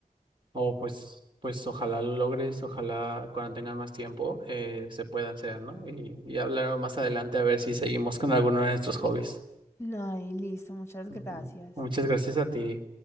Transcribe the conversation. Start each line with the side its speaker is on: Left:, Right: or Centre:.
Right: O pues, pues ojalá lo logres, ojalá cuando tengan más tiempo eh, se pueda hacer, ¿no? Y, y hablar más adelante a ver si seguimos con alguno de nuestros hobbies.
Left: No, y listo, muchas
Right: Ujú.
Left: gracias.
Right: Muchas gracias a ti.